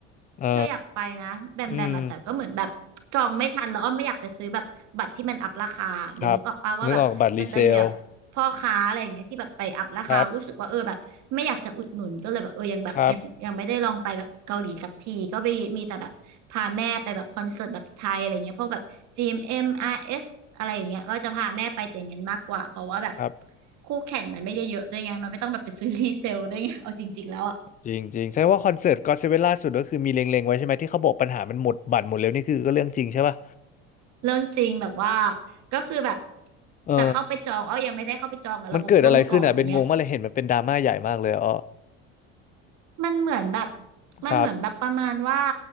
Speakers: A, on the left (about 25°); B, on the right (about 60°).
A: เออ
B: เธออยากไปนะแบมแบมอะแต่ก็เหมือนแบบจองไม่ทันแล้วอ้อมไม่อยากไปซื้อแบบบัตรที่มันอัพราคาเบนนึกออกป่าวว่าแบบมันจะมีแบบพ่อค้าอะไรอย่างเงี้ยที่แบบไปอัพราคารู้สึกว่าเออแบบไม่อยากจะอุดหนุนก็เลยแบบเออยังแบบยังยังไม่ได้ลองไปแบบเกาหลีสักทีก็ไปมีแต่แบบพาแม่ไปแบบคอนเสิร์ตแบบไทยอะไรเงี้ยพวกแบบ
A: อืมครับนึกออกบัตรรีเซลครับครับ
B: GMM RS อมเอ็มอาร์เอสอะไรอย่างเงี้ยก็จะพาแม่ไปแต่อย่างนั้นมากกว่าเพราะว่าแบบ
A: ครับ
B: คู่แข่งมันไม่ได้เยอะด้วยไงมันไม่ต้องแบบไปซื้อ <laughs> รีเซลด้วยไงเอาจริงๆแล้วอะ
A: จริงจริงแสดงว่าคอนเสิร์ตก็อดเซเว่นล่าสุดก็คือมีเล็งๆไว้ใช่ไหมที่เขาบอกปัญหามันหมดบัตรหมดแล้วนี่คือก็เรื่องจริงใช่ป่ะ
B: เรื่องจริงแบบว่าก็คือแบบ
A: เออ
B: จะเข้าไปจองอ้อยังไม่ได้เข้าไปจองอะระบบล่มก่อนอย่างเงี้ย
A: มันเกิดอะไรขึ้นอ่ะเป็นงงมากเลยเห็นมันเป็นดราม่าใหญ่มากเลยอ๋อ
B: มันเหมือนแบบมันเหมือนแบบประมาณว่า
A: ครับ